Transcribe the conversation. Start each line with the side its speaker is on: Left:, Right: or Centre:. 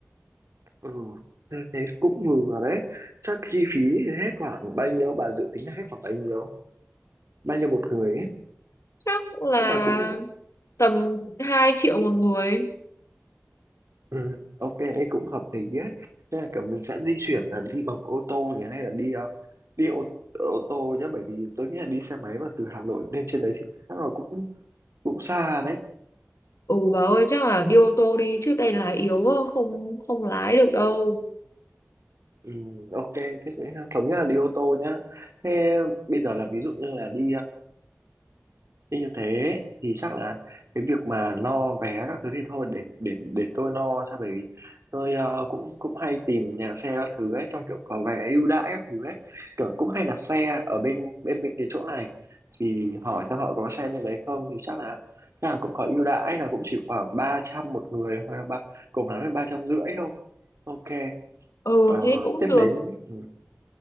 Right: ừ, thế thế cũng ngừ rồi đấy. Chắc chi phí thì hết khoảng bao nhiêu? Bà dự tính là hết khoảng bao nhiêu? Bao nhiêu một người ấy?
Left: chắc là
Right: Chắc là cũng
Left: tầm 2 triệu một người
Right: Ừ, ok, ấy cũng hợp lý nhé. Thế là cả mình sẽ di chuyển là đi bằng ô tô nhỉ hay là đi ờ, đi ô, ô tô nhé bởi vì tôi nghĩ là đi xe máy mà từ Hà Nội lên trên đấy thì chắc là cũng cũng xa đấy.
Left: ừ bà ơi chắc là đi ô tô đi chứ tay lái yếu á, không không lái được đâu
Right: Ừ, ok, thế sẽ thống nhất là đi ô tô nhá. Thế bây giờ là ví dụ như là đi như như thế thì chắc là cái việc mà lo vé các thứ thì thôi để để để tôi lo cho bởi vì tôi ờ, cũng cũng hay tìm nhà xe các thứ ấy trong kiểu có vé ưu đãi các thứ ấy kiểu cũng hay đặt xe ở bên bên bên cái chỗ này thì hỏi xem họ có xe nên lấy không thì chắc là chắc là cũng có ưu đãi là cũng chỉ khoảng 300 một người hoặc là ba cùng lắm là ba trăm rưỡi thôi ok
Left: ừ
Right: Ờ,
Left: thế cũng
Right: tiếp
Left: được
Right: đến ừ,